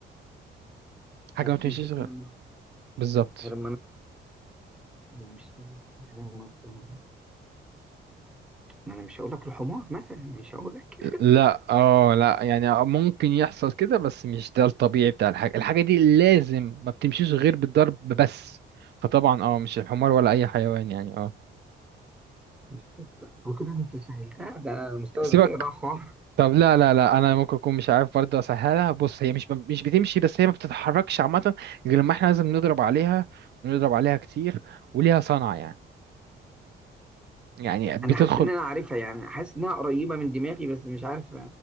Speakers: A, on the right (about 60°); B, in the centre.
A: حاجه
B: ما بتمشيش
A: ما بتمشيش غير
B: غير لما
A: بالظبط
B: غير ما ما بمشيش غير ما بتنهار ما انا مش هقول لك الحمار مثلا مش هقول لك
A: لا اه لا يعني ممكن يحصل كده بس مش ده الطبيعي بتاع الحاجة الحاجة دي لازم ما بتمشيش غير بالضرب بس فطبعا اه مش الحمار ولا اي حيوان يعني اه
B: مش ستة هو كده انت سهلتها ده انا مستوى
A: سيبك
B: ذكائي ضاع خالص
A: طب لا لا لا انا ممكن اكون مش عارف برضه اسهلها بص هي مش مش بتمشي بس هي ما بتتحركش عامة غير لما احنا لازم نضرب عليها ونضرب عليها كتير وليها صنع يعني يعني بتدخل
B: انا حاسس ان انا عارفها يعني حاسس انها قريبة من دماغي بس مش عارف